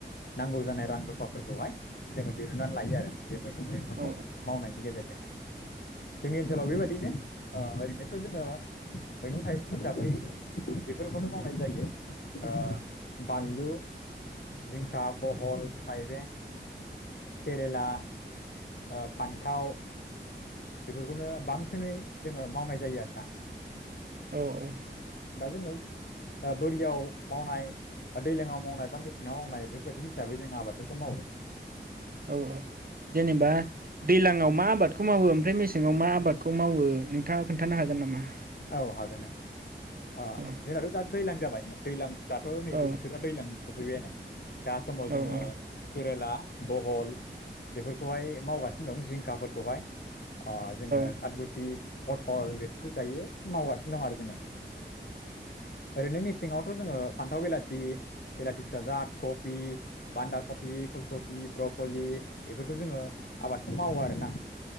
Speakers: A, on the left; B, on the right.
A: नांगौ जानाय रां रुफाफोरखौहाय जोङो दिरुननानै लायो आरो बे मै गं थाइगंखौ
B: औ
A: मावनायनि गेजेरजोंनो। जोंनि ओनसोलाव बेबायदिनो ओ ओरैनोथ' जोङो मैगं थाइगं हिसाबै बेफोरखौनो मावनाय जायो। ओ बानलु, जिंखा, बहल, थाइबें, केरेला, ओ फान्थाव, बेफोरखौनो बांसिनै जोङो मावनाय जायो आरोना।
B: औ औ
A: दा जोङो बोरियाव मावनाय बा दैलाङाव मावनाय बा मेसेङाव मावनाय बेफोरबायदि हिसाबै जों आबादफोरखौ मावो।
B: औ औ जेनेबा दैलाङाव मा आबाद खौ मावो ओमफ्राय मेसेङाव मा आबादखौ मावो नोंथाङा खोन्थानो हागोन नामा?
A: औ हागोन नो ओ
B: औ
A: जोंनाथ' दा दैलां जा बाय दैलां दाथ' नैदि
B: औ
A: बोथोरा दैजां सफ फैबायानो दा समाव जोङो
B: औ
A: केरेला बहल बेफोरखौहाय मावगासिनो दं जिंखाफोरखौहाय। आ जोङो
B: औ
A: सातगुथि पटल बेफोरखौ जायो। मावगा दं आरो जोङो। ओरैनो मि सिङावथ' जोङो फान्थाव बेलाति बेलाति फिसाजाद कबि बान्दा कबि फुलकबि ब्रकलि बेफोरखौ जोङो आबादअखौ मावो आरोना।